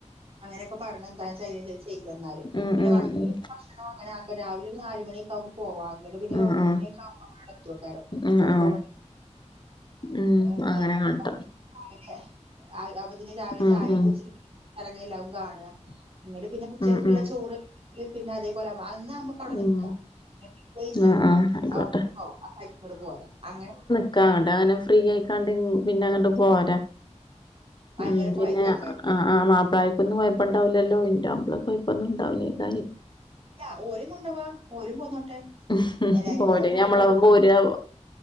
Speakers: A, on the right; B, on the left.
A: അങ്ങനെയെക്കെ പർണ് എന്താചെയ്യാ ചോയിച്ച് ചെയ്യഇന്നാല്
B: ഉം
A: പിന്നെ
B: ഉം
A: വണ്ടി
B: ഉം
A: ഭക്ഷണം അങ്ങനെ ആക്ക രാവിലെ ഒര്നാല് മണിയെക്കെ ആവുമ്പൊ പോവാ അങ്ങട്ട് പിന്നെ ഒരു
B: ഉം
A: ഒമ്പത്
B: ആഹ്
A: മണിയെക്കെ ആവുമ്പൊ അമ്മള് അവടെ എത്താേക്കാരം
B: ഉം
A: ഒമ്പത്
B: ആഹ്
A: മണി
B: ഉം
A: എന്താ
B: അങ്ങനെ കാട്ടാ
A: മഹ് ആരുംഇല്യേ അത് അപ്പത്തിന് രാവിലെ
B: ഉം
A: ചായെക്കെ
B: ഉം
A: കുടിച്ചിട്ട് എറങ്ങിയ എല്ലാവും കാണുക ഇന്നട്ട്പിന്നെ ഉച്ചക്കക്ക്
B: ഉം
A: ഇള്ള
B: ഉം
A: ചോറ് ഇല്ലെ പിന്നെ അതെപോലെ അമ്മള് അന്ന് അമ്മക്ക് ഇപ്പ അവടെ നിക്കാ
B: ഉം
A: ഇന്ന്ട്ട് പിറ്റെെസം
B: ആഹ് ആഹ് ആയിക്കോട്ടെ
A: അന്നോ അന്ന് അതേറ്റ് ഇങ്ങട്ട് പോരാ അങ്ങനെ
B: ഇക്ക്അങ്ങട്ട് അങ്ങനെ ഫ്രീ ആയിക്കാണ്ട് ഉം പിന്നെ അങ്ങട്ട് പോരാ
A: ഭയങ്കര
B: ഉം
A: കൊഴക്കാക്കാര്
B: പിന്നെ ആഹ് ആഹ് ആഹ് ആഹ് മാപ്പ്ളാര്ക്കൊന്നും കൊയപ്പംഇണ്ടാവൂലല്ലോ ഇന്റെ മാപ്പ്ളക്ക് കൊയപ്പൊന്നും ഇണ്ടാവൂലൈക്കാരെ
A: ഇല്ലാ ഓലിം കൊണ്ടവാ ഓരും പോന്നോട്ടെ
B: ഉം ഉം
A: എല്ലാരും കൂടെ
B: ഓര്
A: കൂട്ടിക്കൊണ്ടോവാ
B: ഞമ്മളെപ്പം പോരുആവോ